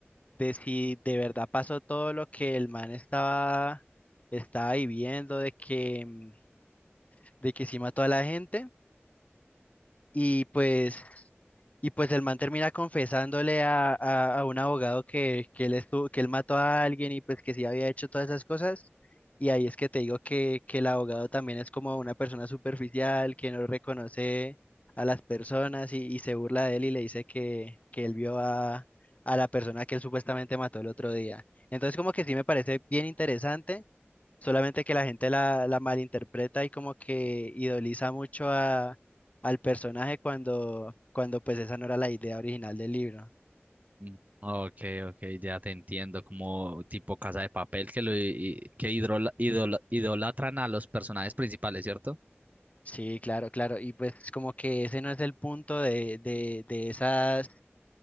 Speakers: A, on the left (about 35°); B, on the right (about 35°).
A: de si de verdad pasó todo lo que el man estaba, estaba viviendo, de que, mm, de que sí mató a la gente y pues, y pues el man termina confesándole a, a- a un abogado que, que él estuvo, que él mató a alguien y pues que sí había hecho todas esas cosas. Y ahí es que te digo que, que el abogado también es como una persona superficial, que no reconoce a las personas y, y se burla de él y le dice que, que él vio a, a la persona que él supuestamente mató el otro día. Entonces como que sí me parece bien interesante. Solamente que la gente la, la malinterpreta y como que idoliza mucho a, al personaje cuando, cuando pues esa no era la idea original del libro.
B: Mm, Ok, ok, ya te entiendo, como tipo Casa de Papel que lo i- i- que hidrola- idola- idolatran a los personajes principales, ¿cierto?
A: Sí, claro, claro. Y pues como que ese no es el punto de, de, de esas,